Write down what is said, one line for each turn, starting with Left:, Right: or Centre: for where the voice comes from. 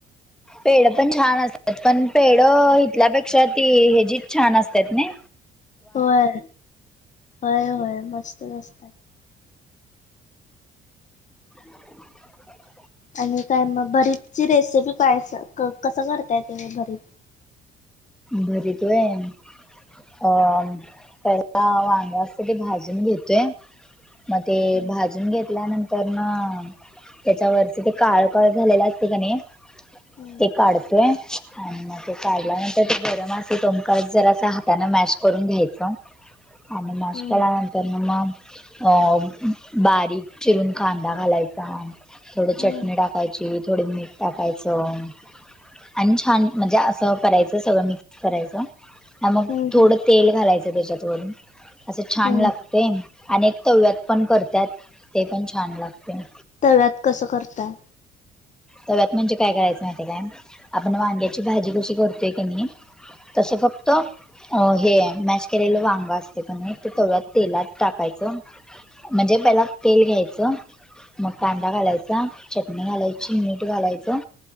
Centre: पेढ पण छान असतात, कारण पेढ इथल्यापेक्षा ती हेची छान असत्यात नई?
Left: होय, होय होय मस्त मस्त आहे.
Centre: <inaudible>
Left: आणि काय मग भरीतची रेसिपी काय अस? कसं करताय तुम्ही भरीत?
Centre: भरीत व्हय. अम पहिला वांग असत ते भाजून घेतोय. म ते
Left: हम्म
Centre: भाजून घेतल्यानंतर ना त्याच्यावरचे ते काळ. काळ झालेला असते का नी
Left: हम्म
Centre: ते काढतोय आणि मग ते काढल्यानंतर. तर ते गरम असते तो पर्यंत जरा हातने मॅश करून घ्यायच आणि मॅश
Left: हम्म
Centre: केल्यान तर मग अ बारीक चिरून कांदा घालायचा. थोडी
Left: हम्म
Centre: चटणी टाकायची, थोडं मीठ टाकायचं. आणि छान म्हणजे असं करायचं सगळं मिक्स करायचं आणि मग
Left: हम्म
Centre: थोडं
Left: हम्म
Centre: तेल घालायचं त्याच्यात वरून. असं छान
Left: हम्म
Centre: लागतय अनेक तव्यात पण करत्यात ते पण छान लागतय.
Left: तव्यात कसं करताय?
Centre: तव्यात म्हणजे काय करायचं माहिती काय? आपण वांग्याची भाजी कशी करतोय तेनी तसंच झोपतो. अ हे मॅश केलेलं वांग असते क नई ते तव्यात तेलात टाकायचं. म्हणजे पॅनात तेल घ्यायचं. मग कांदा घालायचा, चटणी घालायची, मीठ घालायचं.